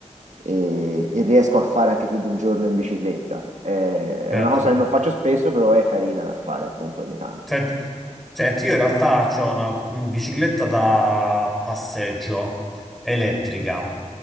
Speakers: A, on the right (about 70°); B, in the centre.
A: e, e riesco a fare anche più di un giorno in bicicletta. Eh, È,
B: Certo.
A: una cosa che non faccio spesso, però è carina da fare appunto ogni tanto.
B: Senti, senti, io in realtà ho una, un bicicletta da passeggio elettrica,